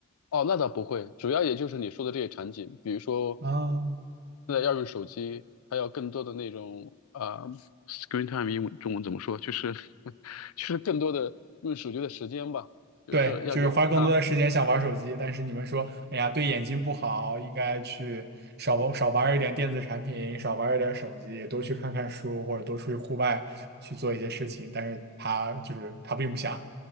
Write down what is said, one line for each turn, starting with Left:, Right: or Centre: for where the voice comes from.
Left: 哦，那倒不会，主要也就是你说的这些场景，比如说
Right: 啊。
Left: 现在要用手机，还有更多的那种啊、呃 screen time 英文中文怎么说？就是 <laughs> 就是更多的用手机的时间吧，就是要给啊
Right: 对，就是花更多的时间想玩手机，但是你们说，哎呀，对眼睛不好，应该去少玩少玩一点电子产品，少玩一点手机，多去看看书，或者多出去户外去做一些事情。但是他就是他并不想，